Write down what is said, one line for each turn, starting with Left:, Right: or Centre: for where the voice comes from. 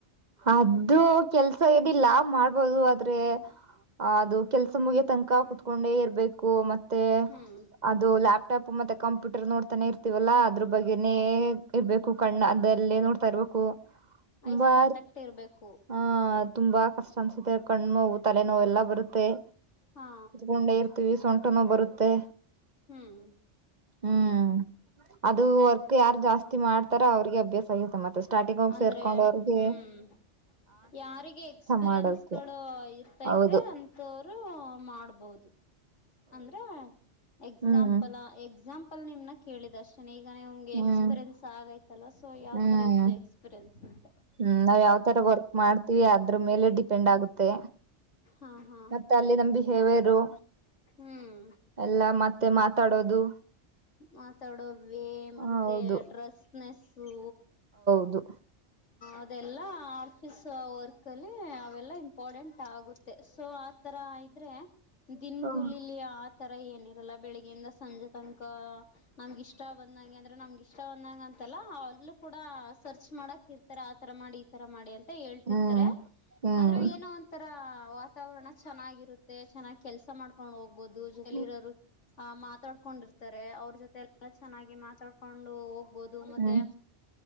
Right: ಅದು ಕೆಲ್ಸ ಏನಿಲ್ಲ ಮಾಡ್ಬೋದು ಆದ್ರೆ ಅದು ಕೆಲ್ಸ ಮುಗಿಯ ತನಕ ಕುೂತ್ಕೊಂಡೇ ಇರ್ಬೇಕು ಮತ್ತೆ
Left: ಹ್ಮ್
Right: ಅದು ಲ್ಯಾಪ್ಟಾಪ್ ಹೂ ಮತ್ತೆ ಕಂಪ್ಯೂಟರ್ ನೋಡ್ತಾನೆ ಇರ್ತೀವಲ್ಲಾ ಅದ್ರ ಬಗ್ಗೆನೇ ಇರ್ಬೇಕು ಕಣ್ಣ ಅದಲ್ಲೇ ನೋಡ್ತಾ ಇರ್ಬೇಕು ತುಂಬಾ
Left: ಐಸ್ ಕಾಂಟ್ಯಾಕ್ಟ್ ಇರ್ಬೇಕು
Right: ಹ ತುಂಬಾ ಕಷ್ಟ ಅನ್ಸುತ್ತೆ ಕಣ್ಣು ನೋವು ತಲೆ ನೋವು ಎಲ್ಲಾ ಬರುತ್ತೆ
Left: ಹಾ
Right: ಕುತ್ಕೊಂಡೆ ಇರ್ತೀವಿ ಸೊಂಟ ನೋವು ಬರುತ್ತೆ
Left: ಹ್ಮ್
Right: ಹ್ಮ್
Left: <inaudible>
Right: ಅದು ವರ್ಕ್ ಯಾರು ಜಾಸ್ತಿ ಮಾಡ್ತಾರ ಅವ್ರಿಗೆ ಅಭ್ಯಾಸ ಆಗುತ್ತೆ ಮತ್ತೆ ಸ್ಟಾರ್ಟಿಂಗ್ ಹೋಗಿ
Left: ಅಂದ್ರೆ
Right: ಸೇರ್ಕೊಂಡೋರಿಗೆ
Left: ಹ್ಮ್ ಯಾರಿಗೆ ಎಕ್ಸ್ಪೀರಿಯನ್ಸ್ಗಳು
Right: ಮಾಡೋಕೆ
Left: ಇತ್ತೈತೆ
Right: ಹೌದು
Left: ಅಂತವ್ರು ಮಾಡ್ಬೋದು ಅಂದ್ರ ಎಕ್ಸಾಂಪಲ್
Right: ಹ್ಮ್
Left: ಎಕ್ಸಾಂಪಲ್ ನಿಮ್ನ ಕೇಳಿದಶನಗ ಈ ಅವ್ಗೆ
Right: ಹ್ಮ್
Left: ಎಕ್ಸ್ಪೀರಿಯನ್ಸ್ ಆಗೈತಲ್ವಾ ಸೊ ಯಾವ್
Right: ಹ್ಮ್
Left: ತರ ಇತ್ತು ಎಕ್ಸ್ಪೀರಿಯನ್ಸ್ ಅ
Right: ಹ್ಮ್ ನಾವ್ ಯಾವ್ ತರ ವರ್ಕ್ ಮಾಡ್ತೀವಿ ಅದ್ರ ಮೇಲೆ ಡಿಪೆಂಡ್ ಆಗುತ್ತೆ
Left: ಹಾ ಹಾ
Right: ಮತ್ತೆ ಅಲ್ಲಿ ನಮ ಬಿಹೇವಿಯರು
Left: ಹ್ಮ್
Right: ಎಲ್ಲ ಮತ್ತ ಮತ್ತೆ ಮಾತಾಡೋದು
Left: ಮಾತಾಡೋ ಮತ್ತೆ
Right: ಹೌದು
Left: ಡ್ರಸ್ನೆಸ್ಸು
Right: ಅದು
Left: ಅದೆಲ್ಲ ಆಫೀಸ್ ವರ್ಕ್ ಅಲ್ಲಿ ಅವೆಲ್ಲ ಇಂಪಾರಡೆಂಟ್ ಆಗುತ್ತೆ ಮ ಸೊ ಆ ತರ ಇದ್ರೆ ದನ್ಗೂಲ್
Right: ಹ್ಮ್
Left: ಇಲ್ಲಿ ಆ ತರ ಏನಿರಲ್ಲ ಬೆಳಿಗ್ಯಿಂದ ಸಂಜೆ ತನಕ ನಮ್ಗೆ ಇಷ್ಟ ಬಂದಂಗೆ ಅಂದ್ರೆ ನಮ್ಗೆ ಇಷ್ಟ ಒಂದಂಗ ಅಂತಲ್ಲ ಅಲ್ಲೂ ಕೂಡ ಸರ್ಚ್ ಮಾಡಕ ಇರ್ತಾರೆ ಆತರ ಮಾಡಿ ಈತರ ಮಾಡಿ ಅಂತ ಹೇಳ್ತಿರ್ತಾರೆ
Right: ಹ್ಮ್ ಹ್ಮ್
Left: ಆದ್ರ ಏನೋ ಒಂಥರ ವಾತಾವರಣ ಚೆನ್ನಾಗಿರುತ್ತೆ ಮತ್ತೆ ಚೆನ್ನಾಗಿ ಕೆಲಸ ಮಾಡ್ಕೊಂಡ್ ಹೋಗ್ಬಹುದುರೋರು
Right: ಹ್ಮ್
Left: ಆ ಮಾತಾಡ್ಕೊಂಡಿರ್ತ ತ ಅವ್ರ ಜೊತೆ ಎಲ್ಲ ಚೆನ್ನಾಗಿ ಮಾತಾಡ್ಕೊಂಡು ಹೋಗ್ಬೋದು ಮತ್ತೆ
Right: ಹ್ಮ್